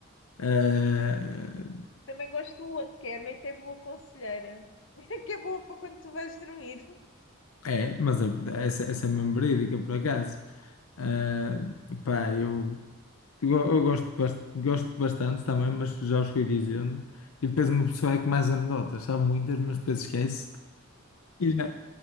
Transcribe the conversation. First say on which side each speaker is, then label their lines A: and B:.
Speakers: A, on the left (about 80°); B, on the left (about 60°).
A: Eh,
B: Também gosto do outro, que é a noite é boa conselheira, <laughs> que é boa para quando tu vais dormir.
A: é, mas a verdade- essa, essa é mesmo verídica, por acaso. Eh, pá, eu, eu, eu gosto, bas- gosto bastante também, mas já os fui dizendo. E depois uma pessoa é que mais anedotas, sabe muitas, mas depois esquece. E já,